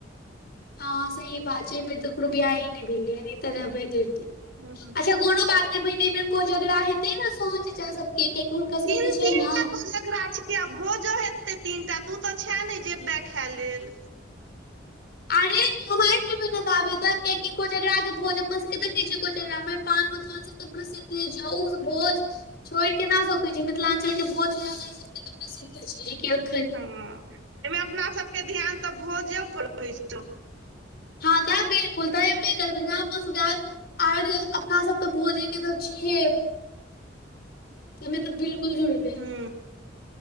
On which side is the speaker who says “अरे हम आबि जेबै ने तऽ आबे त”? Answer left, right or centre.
Left